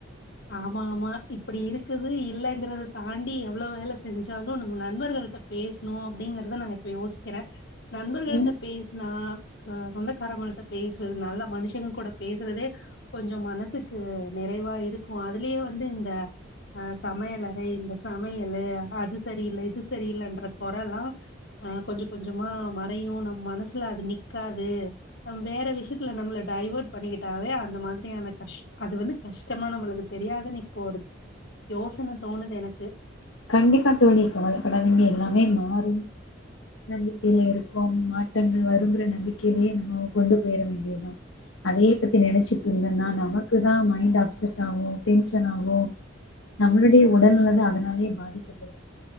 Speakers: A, on the left; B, on the left.
A: ஆமா ஆமா இப்டி இருக்குது இலங்கறத தாண்டி எவ்வளவு வேல செஞ்சாலு நம்ம நண்பர்கள்கிட்ட பேசணு அப்டிங்கறத நா இப்ப யோசிக்கிறே நண்பர்கள்கிட்ட
B: ம்
A: பே சனா அ சொந்தக்காரவங்கிட்ட பேசுறது நல்ல மனுஷங்க கூட பேசுறதே கொஞ்ச மனசுக்கு நிறைவா இருக்கு அதுலேயே வந்து இந்த அ சமையலறை இந்த சமையலு அது சரியில்ல இது சரியிலன்ற கொறல்லா ஆ கொஞ்சம் கொஞ்சமா மறையு நம் மனசுல அது நிக்காது நம் வேற விஷயத்துல நம்மள டைவர்ட் பண்ணிக்கிட்டாவே அந்த மாதிரியான கஷ் அது வந்து கஷ்டமா நம்மளுக் கு தெரியாதுன்னு இப்போ ஒரு யோசனை தோணுது எனக்கு
B: கண்டிப்பா தோழி கவலபடாதிங்க எல்லாமே மாறும் நம்பிக்கையில இருப்போ மாற்றங்கள் வருங்கற நம்பிக்கையிலயே நம்ம கொண்டு போயிற வேண்டியதுதா அதே பத்தி நெனைச்சிட்டு இருந்தேன்னா நமக்கு தா மைண்ட் அப்செட் ஆகு டென்ஷன் ஆகு நம்மளுடைய உடல் நில அதனாலேயே பாதிக்கபடும்